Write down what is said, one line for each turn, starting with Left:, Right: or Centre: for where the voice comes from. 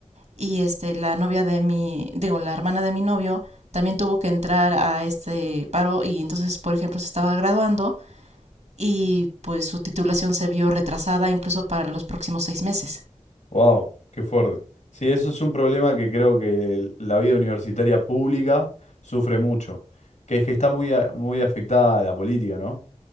Right: y este la novia de mi digo la hermana de mi novio también tuvo que entrar a este paro y entonces por ejemplo se estaba graduando y pues su titulación se vio retrasada incluso para los próximos seis meses
Left: ¡Wow! ¡Qué fuerte! Sí, eso es un problema que creo que el- la vida universitaria pública sufre mucho, que es que está muy, a- muy afectada a la política, ¿no?